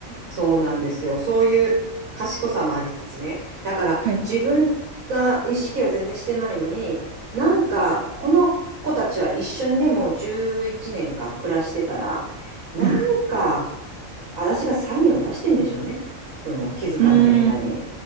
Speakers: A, on the right; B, on the right.
A: そうなんですよ。そういう賢さもありつつね。だから自分が意識は全然してないのに、
B: はい。
A: なんかこの子たちは一緒にね、もう11年か暮らしてたら、なんか
B: うん。
A: 私がサインを出してんでしょうね。その気づかない間に。
B: うーん、